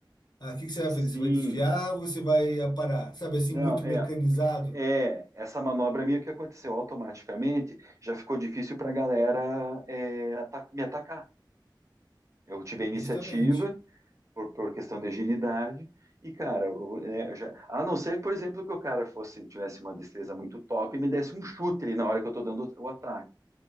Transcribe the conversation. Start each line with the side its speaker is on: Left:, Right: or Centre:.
Left: Ah, o que que você vai
Right: Sim.
Left: fazer? Você vai desviar ou você vai aparar? Sabe assim,
Right: Não,
Left: muito
Right: é,
Left: mecanizado?
Right: é. Essa manobra minha que aconteceu automaticamente já ficou difícil para a galera é, ata- me atacar. Eu tive a iniciativa
Left: Justamente,
Right: por, por questão de agilidade. E, cara, eu, né, eu já, a não ser, por exemplo, que o cara fosse, tivesse uma destreza muito top e me desse um chute ali na hora que eu tô dando o ataque.